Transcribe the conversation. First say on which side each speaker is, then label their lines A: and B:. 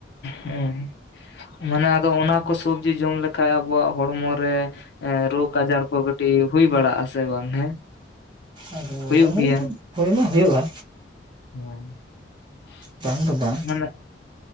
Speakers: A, on the left; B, on the right.
A: ᱦᱩᱸ ᱢᱟᱱᱮ ᱟᱫᱚ ᱚᱱᱟ ᱠᱚ ᱥᱚᱵᱽᱡᱤ ᱡᱚᱢ ᱞᱮᱠᱷᱟᱱ ᱟᱵᱚᱣᱟᱜ ᱦᱚᱲᱢᱚ ᱨᱮ᱾ ᱮᱸ ᱨᱳᱜᱽ ᱟᱡᱟᱨ ᱠᱚ ᱠᱟᱹᱴᱤᱡ ᱦᱩᱭ ᱵᱟᱲᱟᱜ ᱟᱥᱮ ᱵᱟᱝ ᱦᱮᱸ᱾
B: ᱟᱫᱚ
A: ᱦᱩᱭᱩᱜ ᱜᱮᱭᱟ
B: ᱤᱱᱠᱟᱹ ᱦᱩᱭ ᱢᱟ ᱦᱩᱭᱩᱜᱼᱟ᱾
A: <inaudible>
B: ᱵᱟᱝ ᱫᱚ ᱵᱟᱝ᱾
A: ᱢᱟᱱᱮᱜ